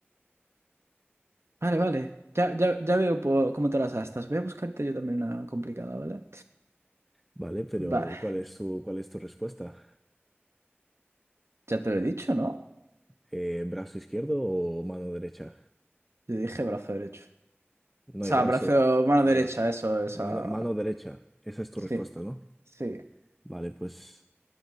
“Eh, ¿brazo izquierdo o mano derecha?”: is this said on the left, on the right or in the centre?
Centre